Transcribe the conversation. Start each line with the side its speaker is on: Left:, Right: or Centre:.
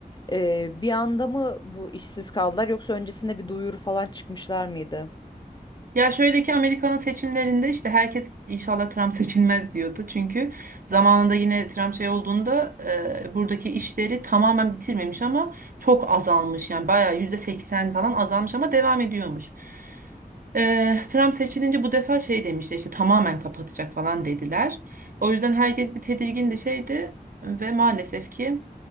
Left: Ee, bir anda mı bu işsiz kaldılar yoksa öncesinde bir duyuru falan çıkmışlar mıydı?
Right: Ya şöyle ki Amerika'nın seçimlerinde işte herkes inşallah Trump seçilmez diyordu. Çünkü zamanında yine Trump şey olduğunda e, buradaki işleri tamamen bitirmemiş ama çok azalmış. Yani bayağı %80 falan azalmış ama devam ediyormuş. E, Trump seçilince bu defa şey demişti işte tamamen kapatacak falan dediler. O yüzden herkes bir tedirgindi şeydi ve maalesef ki